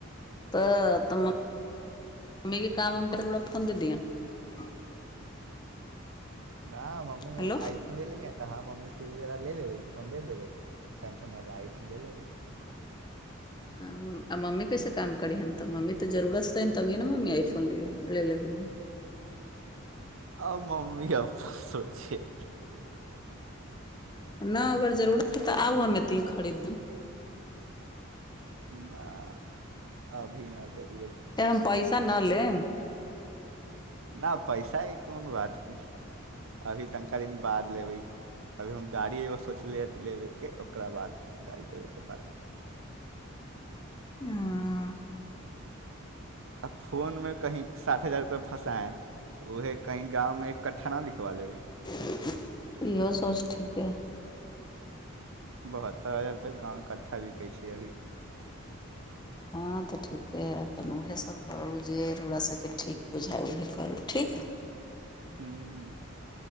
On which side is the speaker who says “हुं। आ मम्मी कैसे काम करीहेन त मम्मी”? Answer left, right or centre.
Left